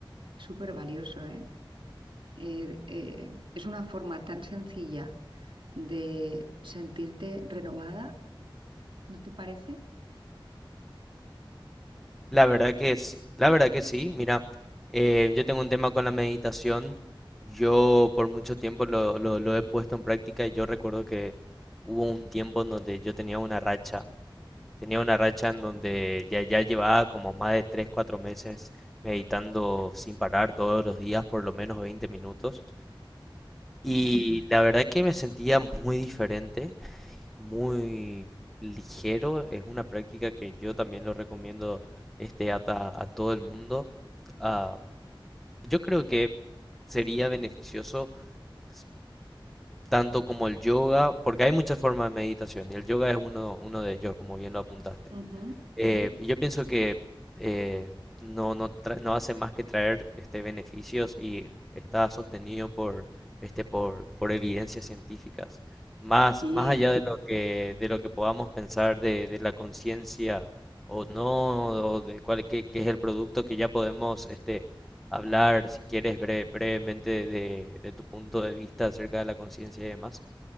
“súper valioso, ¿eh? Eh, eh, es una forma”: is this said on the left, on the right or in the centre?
Right